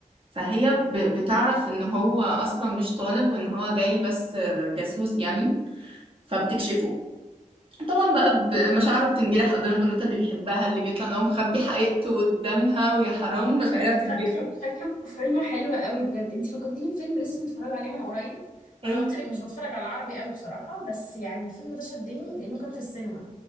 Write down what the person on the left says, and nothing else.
شكله
شكله فيلم حلو قوي بجد انت فكرتيني بفيلم لسه متفرجه عليه من قريب
انا قلت لك مش بتفرج على عربي قوي بصراحه بس يعني الفيلم ده شدني لانه كان في السينما